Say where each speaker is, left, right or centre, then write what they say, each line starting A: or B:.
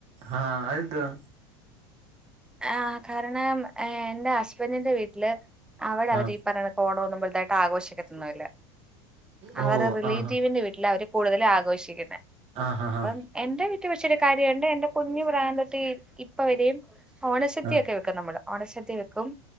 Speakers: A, on the right; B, in the centre.
A: ആ അതെന്തുവാ
B: ആ കാരണം എന്റെ ഹസ്ബൻറിന്റെ വീട്ടില് അവവിടെ അവര്
A: ആ
B: ീ പറഞ്ഞ കോണമന്നും തായിട്ട് ആഘോഷിക്കന്നില്ല
A: ഓ
B: അവർ റിലേറ്റീവിന്റെ
A: ആഹാ
B: വീട്ടിൽ അവര് കൂടുതൽ ആഘോഷിക്കുന്നത്
A: ആഹാഹാ
B: അപ്പം എന്റെറെ വട്ട ഒ വച്ചൊരു കാര്യണ്ട് എന്റെ കുഞ്ഞു പ്രാന് തിട്ട് ഇപ്പ വരെയും ഓണശദ്ധി
A: ആ
B: ഒക്കെ വെക്കാം നമ്മള് അടച്ചത്തിക്കും